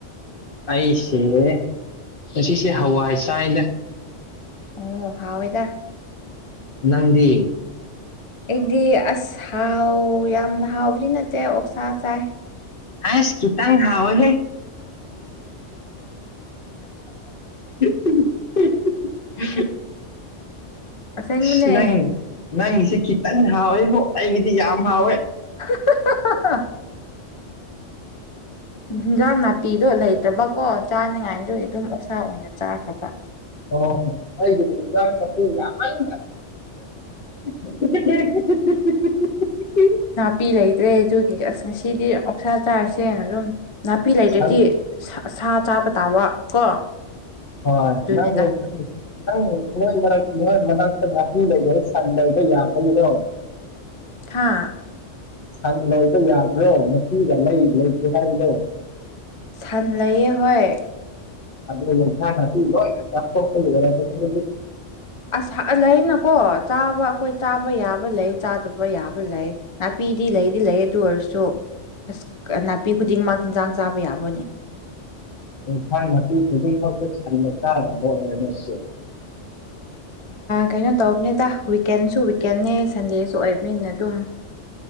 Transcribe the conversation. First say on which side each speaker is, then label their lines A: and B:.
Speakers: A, on the left; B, on the left.
A: ꯑꯩꯁꯦ ꯉꯁꯤꯁꯦ ꯍꯋꯥꯏ ꯆꯥꯏꯗ
B: ꯑꯣ ꯍꯥꯎꯋꯦꯗ
A: ꯅꯪꯗꯤ
B: ꯑꯩꯗꯤ ꯑꯁ ꯍꯥꯎ ꯌꯥꯝꯅ ꯍꯥꯎꯕꯗꯤ ꯅꯠꯇꯦ ꯑꯣꯛꯁꯥ ꯆꯥꯏ
A: ꯑꯁ ꯈꯤꯇꯪ ꯍꯥꯎꯑꯦꯍꯦ <unintelligible>
B: ꯑꯁꯦꯡꯕꯅꯦ
A: ꯑꯁ ꯅꯪ ꯅꯪꯒꯤꯁꯦ ꯈꯤꯇꯪ ꯍꯥꯎꯋꯦꯕꯣ ꯑꯩꯒꯤꯗꯤ ꯌꯥꯝ ꯍꯥꯎꯋꯦ
B: ꯍꯥ ꯍꯥ ꯍꯥ ꯍꯤꯟꯖꯥꯡ ꯅꯥꯄꯤꯗꯣ ꯂꯩꯇ꯭ꯔꯕꯀꯣ ꯆꯥꯅꯤꯉꯥꯏꯗꯨ ꯗꯨꯒꯤ ꯑꯗꯨꯝ ꯑꯣꯛꯁꯥ ꯑꯣꯏꯅ ꯆꯥꯈ꯭ꯔꯕ
A: ꯑꯣ ꯑꯩꯒꯤꯁꯨ ꯍꯦꯟꯖꯥꯡ ꯅꯥꯄꯤ ꯌꯥꯃꯟꯕ <unintelligible>
B: ꯄꯤ ꯂꯩꯇ꯭ꯔꯦ ꯑꯗꯨꯒꯤ ꯑꯁ ꯉꯁꯤꯗꯤ ꯑꯣꯛꯁꯥ ꯆꯥꯔꯁꯦꯅ ꯑꯗꯨꯝ ꯅꯥꯄꯤ ꯂꯩꯇ꯭ꯔꯗꯤ
A: ꯁꯟ
B: ꯁꯥ ꯁꯥ ꯆꯥꯕ ꯇꯥꯕ ꯀꯣ
A: ꯍꯣꯏ
B: ꯑꯗꯨꯅꯤꯗ
A: ꯅꯪ ꯅꯪ ꯅꯣꯏ ꯃꯔꯛ ꯅꯣꯏ ꯃꯅꯥꯛꯇ ꯅꯥꯄꯤ ꯂꯩꯗ ꯁꯟꯗꯕ ꯌꯥꯝꯕꯒꯤꯗꯣ
B: ꯍꯥꯥ
A: ꯁꯟ ꯂꯣꯏꯕ ꯌꯥꯕ꯭ꯔꯣ ꯅꯨꯄꯤꯒ ꯂꯩ ꯂꯩꯇ꯭ꯔꯦ ꯍꯥꯏꯕꯗꯣ
B: ꯁꯟ ꯂꯩꯌꯦ ꯍꯣꯏ
A: ꯑꯗꯨꯅ <unintelligible>
B: ꯑꯁ ꯂꯩꯅꯀꯣ ꯆꯥꯕ ꯑꯩꯈꯣꯏ ꯆꯥꯕ ꯌꯥꯕ ꯂꯩ ꯆꯥꯗꯕ ꯌꯥꯕ ꯂꯩ ꯅꯥꯄꯤꯗꯤ ꯂꯩꯗꯤ ꯂꯩ ꯑꯗꯨ ꯑꯣꯏꯔꯁꯨ ꯑꯁ ꯅꯥꯄꯤ ꯈꯨꯗꯤꯡꯃꯛ ꯍꯤꯟꯖꯥꯡ ꯆꯥꯕ ꯌꯥꯕꯅꯦ
A: ꯏꯟꯁꯥꯡ ꯅꯥꯄꯤ ꯈꯨꯨꯗꯤꯡꯃꯛꯇꯨ ꯁꯟꯅ ꯆꯥꯅꯕ꯭ꯔ <unintelligible>
B: ꯀꯩꯅꯣ ꯇꯧꯕꯅꯦꯗ ꯋꯤꯛꯀꯦꯟꯁꯨ ꯋꯤꯛꯀꯦꯟꯅꯦ ꯁꯟꯗꯦꯁꯨ ꯑꯣꯏꯕꯅꯤꯅ ꯑꯗꯨꯝ